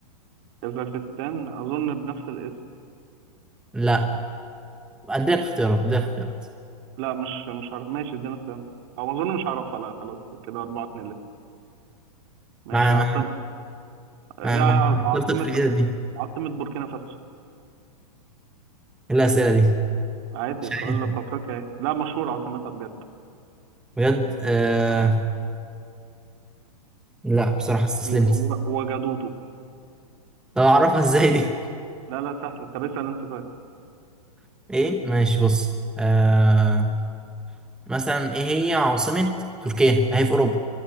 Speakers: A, on the right; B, in the centre.
A: كازاخستان اظن بنفس الاسم
B: لا أديلك اختيارات أديلك اختيارات
A: لا مش مش عارف ماشي اديني اختيارات او اظن مش عارفها لا خلاص كده أربعة اتنين لسه ماشي
B: ما
A: عاصم
B: ما
A: يعني
B: ما
A: ع-
B: ما
A: عاصمة
B: اخترتك في الحتة دي إيه
A: عاصمة بوركينا فاسو
B: الأسئلة دي
A: عادي
B: مش
A: سؤال
B: عارف
A: في افريقيا ايه لا مشهور عاصمتها بجد
B: بجد آه
A: آه،
B: لا بصراحة استسلمت
A: و- و- وجدوده
B: طب أعرفها إزاي دي؟
A: لا لا سهلة طب اسأل انت طيب
B: <laughs> إيه ماشي بص آه مثلا إيه هي عاصمة تركيا؟ أهي في أوروبا